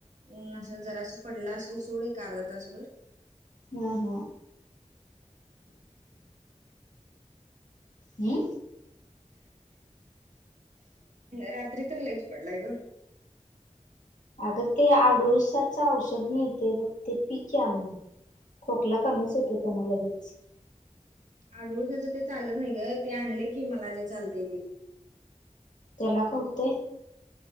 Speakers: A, on the right; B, on the left.
A: ऊन असं जरा असं पडलं असेल सोड एक अर्धा तास भर.
B: हम हा हम
A: रात्री तर लईच पडलाय ग.
B: अगं ते आडूळशाच औषध मिळतय बघ ते पी की आणून, खोकला कमीच होतोय त्यान लगेच.
A: आडूळशाचं ते चालत नाही ग ते आणलय की मला जे चालतय ते.
B: त्याला क हुतंय.